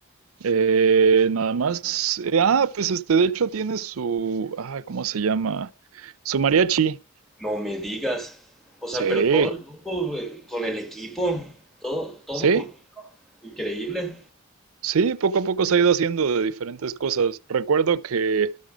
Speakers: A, on the right; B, in the centre.
A: Eh, nada más. eh, ah, pues este, de hecho tiene su, ah, ¿cómo se llama? Su mariachi.
B: No me digas. O sea,
A: Sí,
B: pero todo el grupo, güey, con el equipo, todo, todo
A: sí.
B: con- increíble.
A: Sí, poco a poco se ha ido haciendo de diferentes cosas. Recuerdo que